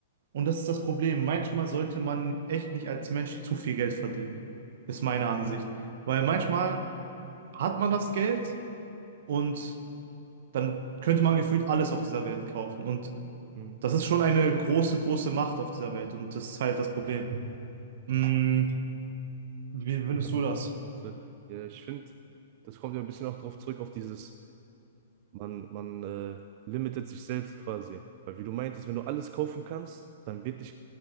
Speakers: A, on the right; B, on the right.
A: und das ist das Problem. Manchmal sollte man echt nicht als Mensch zu viel Geld verdienen, ist meine Ansicht. Weil manchmal hat man das Geld und dann könnte man gefühlt alles auf dieser Welt kaufen. Und
B: hm.
A: das ist schon eine große, große Macht auf dieser Welt und das ist halt das Problem. Mm, wie findest
B: Also,
A: du das?
B: so, ja, ich finde, das kommt ja ein bisschen auch drauf zurück auf dieses Man, man äh, limitet sich selbst quasi. Weil wie du meintest, wenn du alles kaufen kannst, dann wird dich